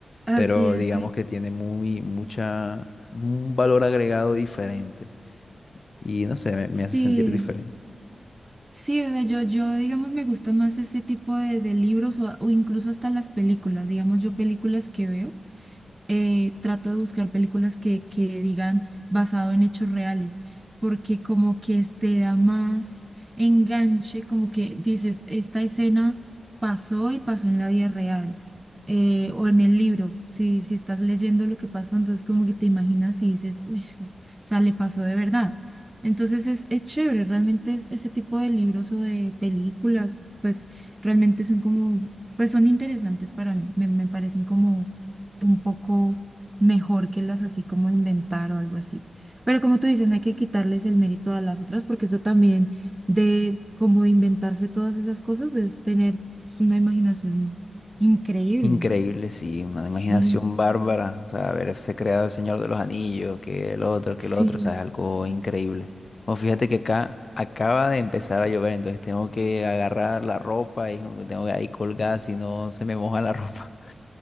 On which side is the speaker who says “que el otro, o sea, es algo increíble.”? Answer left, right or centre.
Left